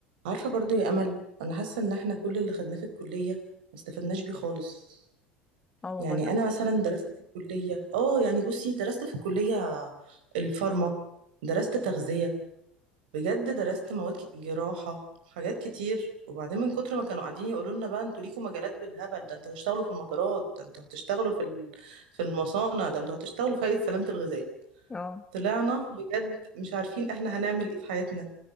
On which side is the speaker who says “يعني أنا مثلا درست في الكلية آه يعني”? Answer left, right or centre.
Right